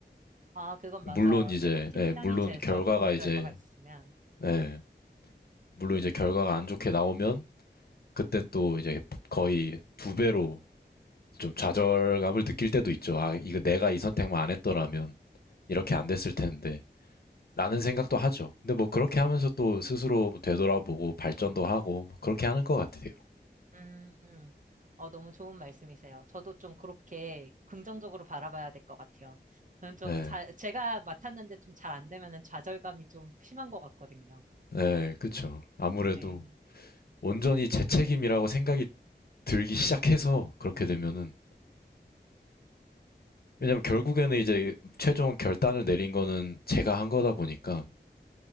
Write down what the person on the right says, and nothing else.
아, 그건
맞아요.
제가 팀장이
돼서
좋은
결과가 있으면.
음, 음. 어, 너무 좋은 말씀이세요. 저도 좀 그렇게 긍정적으로 바라봐야 될 것 같아요. 저는 좀
잘, 제가 맡았는데 좀 잘 안 되면은 좌절감이 좀 심한 것 같거든요.
네.